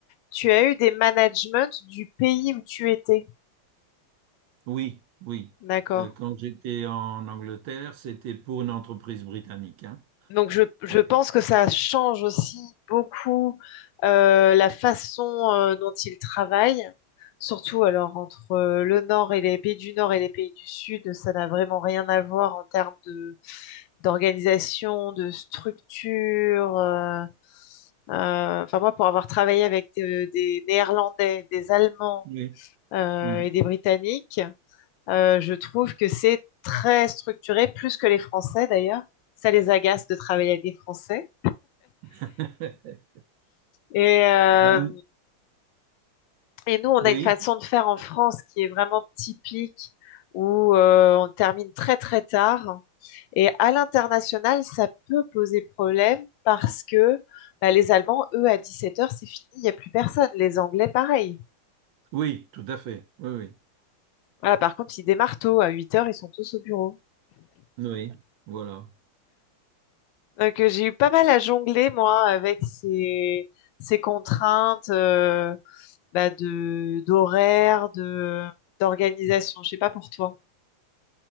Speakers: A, on the left (about 75°); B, on the right (about 75°).
A: tu as eu des managements du pays où tu étais?
B: Oui, oui.
A: D'accord.
B: Euh, quand j'étais en Angleterre, c'était pour une entreprise britannique. hein.
A: Donc je, je
B: Et-
A: pense que ça change aussi beaucoup euh, la façon euh, dont ils travaillent, surtout alors entre euh, le Nord et les pays du Nord et les pays du Sud, ça n'a vraiment rien à voir en termes de d'organisation, de structure. euh, euh, enfin moi, pour avoir travaillé avec de- des Néerlandais, des Allemands
B: oui.
A: euh,
B: Hmm.
A: et des Britanniques, euh, je trouve que c'est très structuré, plus que les Français d'ailleurs. Ça les agace de travailler avec des Français.
B: <laughs>
A: Et, euh,
B: Ben,
A: et nous, on
B: oui,
A: a une façon de faire en France qui est vraiment typique, où euh, on termine très très tard. Et à l'international, ça peut poser problème parce que bah, les Allemands, eux, à 17 heures, c'est fini, il n'y a plus personne. Les Anglais, pareil.
B: oui, tout à fait. Oui, oui.
A: Voilà, par contre, ils démarrent tôt, à 8 heures, ils sont tous au bureau.
B: Oui, voilà.
A: Donc euh, j'ai eu pas mal à jongler, moi, avec ces, ces contraintes euh, bah, de, d'horaire, de, d'organisation. Je sais pas pour toi.